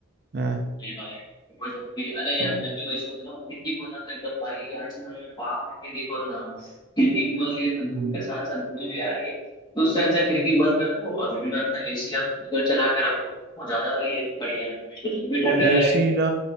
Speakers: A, on the right; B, on the left.
A: है
B: अरे भाई वो जब भी अरे
A: तो
B: यार मैं भी वही सोच रहा हूँ खिड़की खोलना तो एकदम भाई यार से मैं पाप है खिड़की खोलना खिड़की खोल रही है तो धूप
A: हम्म
B: के साथ साथ धूल भी आ रही है तो उससे अच्छा खिड़की बंद रखो और रूम में अपना एसी या फिर कूलर चला के रखो वो ज्यादा वही बढ़िया है रूम भी ठंडा
A: एसी
B: रहेगा
A: ना